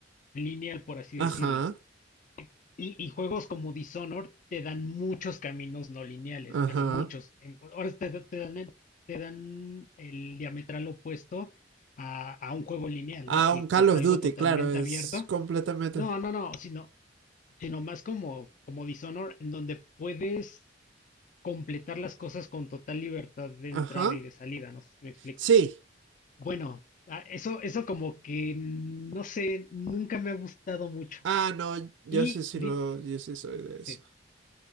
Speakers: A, on the left; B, on the right.
A: lineal, por así
B: Ajá,
A: decirlo. Y, y juegos como Dishonored te dan muchos caminos no lineales,
B: ajá.
A: pero muchos. En- ahora te, da- te dan, el- te dan el diametral opuesto a, a un juego lineal,
B: Ah,
A: ¿no? Que,
B: un Call
A: que es
B: of
A: algo
B: Duty,
A: totalmente
B: claro, es
A: abierto.
B: completamente...
A: No, no, no, sino, sino más como, como Dishonored, en donde puedes completar las cosas con total libertad de entrada
B: Ajá.
A: y de salida, no sé si me explico.
B: Sí.
A: Bueno, ah, eso, eso como que, no sé, nunca me ha gustado mucho.
B: Ah, no, yo
A: Y,
B: sí, sí
A: di-
B: lo, yo sí soy de
A: sí.
B: eso.